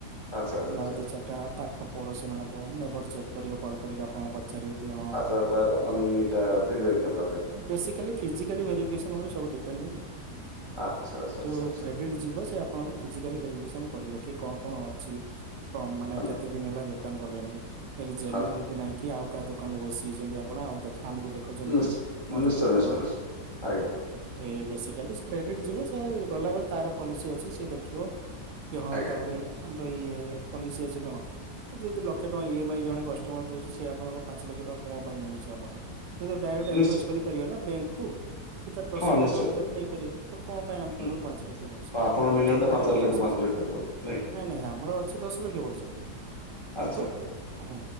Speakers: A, on the left; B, on the right.
A: ଆଚ୍ଛା ଆଚ୍ଛା ଆଚ୍ଛା।
B: ଆଉ ଦି ଚା ତା ପାଖ ପଡୋଶୀ ମାନଙ୍କ ନେବର ଚେକ୍ କରିବ କଲ୍ କରିକି ଆପଣଙ୍କ ପାଖ ଚାରିବ କି ହଁ
A: ଆଚ୍ଛା ତାର ମାନେ ଇଏଟା ଫିଡବ୍ୟାକ୍ ନେବା ପାଇଁ
B: ବେଶି ଖାଲି ଫିଜିକାଲି ଭିରିଫିକେସନ୍ ଉପରେ ସବୁ ଡିପେଣ୍ଡେଣ୍ଟ
A: ଆଚ୍ଛା ଆଚ୍ଛା
B: ଯଉ
A: ଆଚ୍ଛା ଆଚ୍ଛା
B: କ୍ରେଡିଟ ଯିବ ସେ ଆପଣଙ୍କୁ ଫିଜିକାଲି ଭେରିଫିକେସନ କରିବ କି କଣ କଣ ଅଛି? କଣ ମାନେ
A: ହେଲା
B: କେତେ ଦିନ ହେଲା ଦୋକାନ କଲେଣି? ଜେନୁଇନ
A: ହେଲା।
B: କି ନାହିଁକି ଆଉ କାହା ଦୋକାନରେ ବସିଯାଇଛନ୍ତି ଆପଣ ଆଉ ଆମକୁ ଦେଖ ଦେଖଛନ୍ତି
A: ନିଶ୍ଚୟ
B: କି ମୋ
A: ନିଶ୍ଚୟ
B: ଦୋକାନ।
A: ନିଶ୍ଚୟ
B: ହଁ
A: ନିଶ୍ଚୟ ଆଜ୍ଞା
B: ହଁ ଏ ବେଶିକାଲି କ୍ରେଡିଟ ଯିବ ସେ ଗଲାବେଲି ତାର ପଲିସି ଅଛି ସେ ଦେଖିବ। କି ହଁ
A: ଆଜ୍ଞା
B: ତାପରେ ଏଇଆ, ଆମର ଇଏ ପଲିସି ଅଛି କଣ ଯେହେତୁ ଲକ୍ଷ ଟଙ୍କା ଇ ଏମ୍ ଆଇ ଜଣେ କଷ୍ଟମର ଦଉଛି, ସେ ଆପଣଙ୍କ ପାଞ୍ଚ ଲକ୍ଷ ଟଙ୍କା କମ ପାଇଁ ନଉଚି ଆମଠୁ, ସିଏ ତ ଡାଇରେକ୍ଟ ଆପ୍ରୋଚ
A: ନିଶ୍ଚୟ
B: କରିପାରିବ ନା ବ୍ୟାଙ୍କ କୁ କି ତାର ଦଶ
A: ହଁ
B: ଲକ୍ଷ
A: ନିଶ୍ଚୟ
B: ଟଙ୍କା ତାର ନେଇପାରିବ। ତ କଣ ପାଇଁ ଆମ
A: ହୁଁ।
B: ପାଖରୁ ପାଞ୍ଚ ଲକ୍ଷ ନଉଛି,
A: ଆପଣ ମିନିମମ୍
B: ଆଚୁଆଲି
A: ଟା
B: ତାର
A: ପାଞ୍ଚ
B: ବିଜନେସ
A: ଲକ୍ଷ ପାଞ୍ଚ
B: ଅଛି।
A: ଲକ୍ଷ ନାଇଁ <unintelligible>
B: ନାଇଁ ନାଇଁ ଆମର ଅଛି ଦଶ ଲକ୍ଷ ପର୍ଯ୍ୟନ୍ତ, କିନ୍ତୁ
A: ଆଚ୍ଛା
B: ହଁ